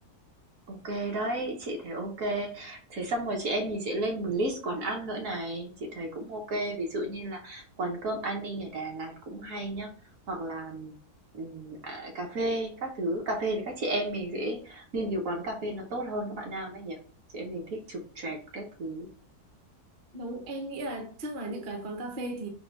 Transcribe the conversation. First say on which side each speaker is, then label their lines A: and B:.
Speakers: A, on the right; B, on the right.
A: OK đấy, chị thấy OK. Thế xong rồi chị em mình sẽ lên một list quán ăn nữa này, chị thấy cũng OK. Ví dụ như là quán cơm Ani ở Đà Lạt cũng hay nhá, hoặc là ừm, à, cà phê các thứ. Cà phê thì các chị em mình sẽ nghiên cứu quán cà phê nó tốt hơn các bạn nam ấy nhỉ. Chị em mình thích chụp choẹt các thứ.
B: đúng em nghĩ là chắc là những cái quán cà phê thì